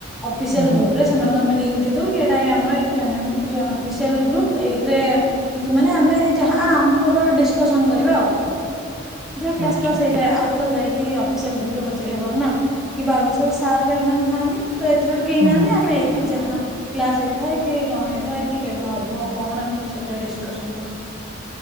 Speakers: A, in the centre; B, on the right.
A: ଅଫିସିଆଲ
B: ହୁଁ ହୁଁ
A: ଗ୍ରୁପରେ ସେମାନଙ୍କୁ ଆ ଲଙ୍କ କିଟା ହ ଆମର ଗ୍ରୁପ ଏଇଥିରେ ମାନେ ଆମେ ଯାହା ଆମର ଡିସକସନ କରିବା ଆଉ ଯାହା କ୍ଲାସ
B: ଆଚ୍ଛା
A: ପ୍ଲାସ ହେଇଥାଏ ଆଉ ତ ଯାଇକି କି ଅଫିସିଆଲ ଗ୍ରୁପ ରେ ପଚାରି ହବନ ନା କି ବାର ବର୍ଷରେ ସାର୍ ଏମାନେ ଥାଆନ୍ତି। ତ ଏଥିରେ ତ କେହି
B: ହୁଁ
A: ନାହାନ୍ତି
B: ହୁଁ
A: ଆମେ ଏଇଥିରୁ ଯାହା କ୍ଲାସ ହେଇଥାଏ କି ନ ହେଇଥାଏ କି କେମତି ହବ କଣ ଆମେ ସବୁ ସେଥିରେ ଆକଷନ କରୁ